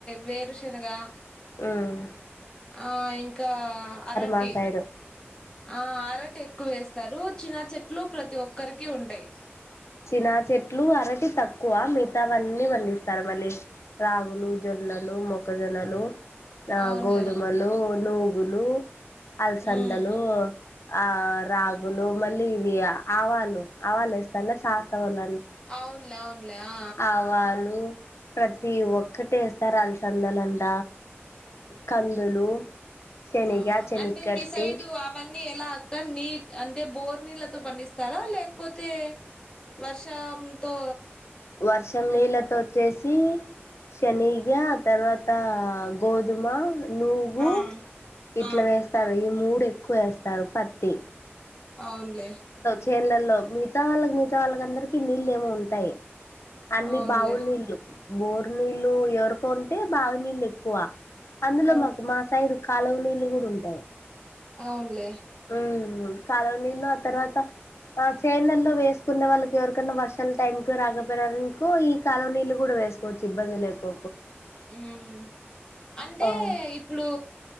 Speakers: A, on the left (about 20°); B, on the left (about 85°).
A: వేరుశెనగా
B: ఆమ్
A: ఆ ఇంకా అరటి
B: మా సైడు
A: ఆ అరటి ఎక్కువ వేస్తారు చినా చెట్లు ప్రతి ఒక్కరికి ఉంటాయి
B: చినా చెట్లు అరటి తక్కువ క్కువ మిగతావన్నీ పండిస్తారు మళ్ళీ రాగులు జొన్నలు మొక్కజొన్నలు ఆ
A: అవునులే
B: గోధుమలు నూగులు అలసందలు
A: మ్మ్
B: ఆ రాగులు మళ్ళీ ఇవి ఆవాలు ఆవలు వేస్తాలే శసవాళ
A: అవునులే అవునులే ఆ
B: ఆవాలు ప్రతి ఒక్కటి వేస్తార్ అలసందలంట కందులు శనగ
A: ఆ
B: శనగ
A: అంటే
B: కట్టి
A: మీ సైడ్ అవన్నీ ఎలా అక్క నీటి అంటే బోర్ నీళ్ళ తో పండిస్తారా లేక పోతే వర్షం తో
B: వర్షం నీళ్ళతో వచ్చేసి శనిగా తర్వాత అ గోధుమ నూగు
A: ఆ
B: ఇట్లా
A: ఆ
B: వేస్తారు ఈ మూడు ఎక్కువ వేస్తారు పత్తి
A: అవునులే
B: చేన్ లల్లో మిగతా వాళ్ళకి మిగతా వాళ్ళకి అందరికి నీళ్ళు ఏమో ఉంటాయి అన్నీ
A: అవునులే
B: బావులనీళ్ళు బోరు నీళ్ళు లు ఎవరికో ఉంటే బావు నీళ్ళు ఎక్కువ అందులో
A: ఆ
B: మాకు మా సైడు కాలువ నీళ్లు గూడ ఉంటాయి
A: అవునులే
B: ఉమ్ కాలువ నీళ్ళు ఆ తర్వాత ఆ చేన్ లల్లో వేసుకున్నా వాళ్ళకి ఎవరికన్నా వర్షాల టైం కు రాకపోనియకో ఈ కాలవ నీళ్ళు కూడా వేసుకోవచ్చు ఇబ్బంది లేదుపో
A: ఉమ్ అంటే
B: అవు
A: ఇప్పుడు